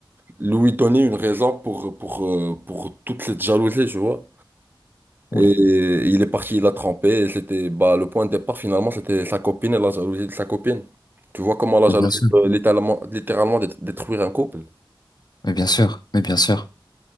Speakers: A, on the right (about 20°); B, on the left (about 50°).
A: lui donner une raison pour, pour, euh, pour toute cette jalousie, tu vois.
B: Oula,
A: Et il est parti la tremper et c'était, bah, le point de départ finalement, c'était sa copine et la jalousie de sa copine. Tu vois comment la
B: mais
A: jalousie
B: bien sûr,
A: peut littéralement, littéralement dé- détruire un couple?
B: mais bien sûr, mais bien sûr,